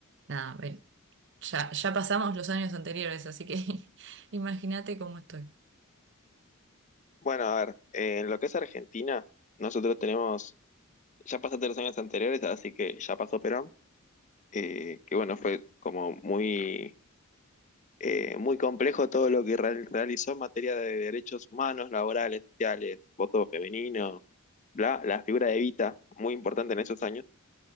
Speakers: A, on the right; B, on the left.
A: Nada, ven, ya, ya pasamos los años anteriores, así que <laughs> imagínate cómo estoy.
B: Bueno, a ver, eh, en lo que es Argentina, nosotros tenemos, ya pasaste los años anteriores, así que ya pasó Perón, eh, que bueno, fue como muy eh, muy complejo todo lo que real- realizó en materia de derechos humanos, laborales, sociales, voto femenino, bla, la figura de Evita, muy importante en esos años.